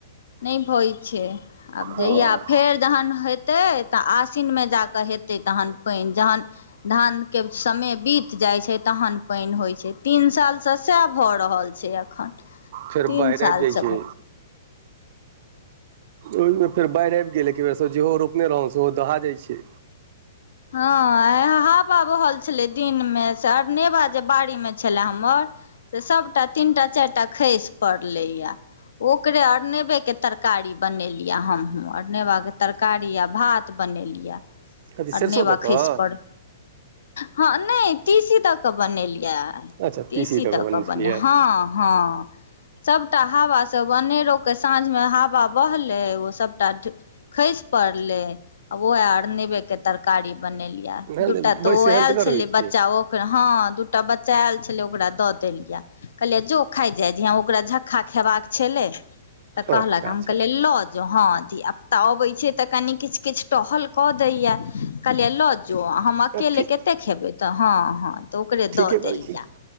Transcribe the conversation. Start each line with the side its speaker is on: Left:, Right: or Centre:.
Left: नैय भय छै आब जहिआ
Right: हँ
Left: फेर जखन हेतय तऽ आश्विनमे जा कऽ हेतै तहन पैन जहन धान के समय बीत जाइ छै तहन पैन होइ छै तीन साल स साय भऽ रहल छै छ अखन
Right: फेर
Left: तीन
Right: बाढ़ि
Left: सालसँ
Right: आबि जाइ छै
Left: घ
Right: ओहिमे फेर बाढ़ आब गेलै ए बेर जहो रोपने रहौ सेहो दहा जाइ छै
Left: हँ आय हाबा बह छल दिन मे से अरनेवा जे बाड़ी मे छले हमर से सबटा ती तीन टा चारि टा खसि पड़लै या ओकरे अरनेवेके तरकारी बनेलियै हमहहुँ अरनेवाे तरकारी य भात बन बनेलिया
Right: कथी
Left: आर
Right: सरिसो
Left: नेबा
Right: दऽ कऽ
Left: खस परड़ हँ नहि तीसी दऽ के बनेली इ
Right: अच्छा
Left: तसी
Right: तीसी दऽ कऽ
Left: तऽ
Right: बनेने
Left: क बने
Right: छलियै
Left: हँ हँ सबटा हावा सब अनेरो साँझ मे हवा बहले ओ सबटा खसि पड़ले आ ओह आर े के तरकारी बनेलियै
Right: नहि
Left: दूटा
Right: नहि बड़ी
Left: तो
Right: सेहन्तगर
Left: ओ आयल छले
Right: होइ छै
Left: बच्चा ओ ह दू टा बच्चा आयल छलै ओकरा द देलियै कहलिये जो खा जाय जहिया ओकरा झक्का खेबाक छलै तऽ कहलक
Right: अच्छा अच्छा
Left: हम कहलियै लऽ जाउ हँ धियाप तता अबैत छै तऽ कनि किछु किछु टहल कऽ दैया कहलियै लऽ जो हम अकेले
Right: ठीक
Left: कतेक खेबै तऽ हँ हँ तऽ ओकरे
Right: ठीके
Left: दऽ देलियै
Right: करै छी